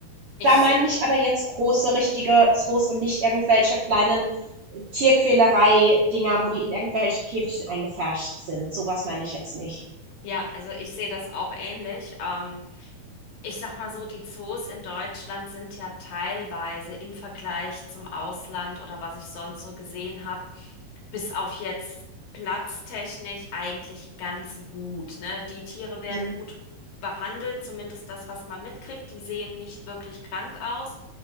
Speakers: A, on the left; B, on the right.
A: ich,
B: da
A: se-
B: meine ich aber jetzt große, richtige Zoos und nicht irgendwelche kleinen äh, Tierquälerei-Dinger, wo die in irgendwelchen Käfigchen eingepfercht sind. Sowas meine ich jetzt nicht.
A: ja, also ich sehe das auch ähnlich. Ähm, Ich sag mal so, die Zoos in Deutschland sind ja teilweise im Vergleich zum Ausland oder was ich sonst so gesehen habe, bis auf jetzt platztechnisch eigentlich ganz gut, ne? Die Tiere werden
B: Mhm,
A: gut behandelt, zumindest das, was man mitkriegt. Die sehen nicht wirklich krank aus.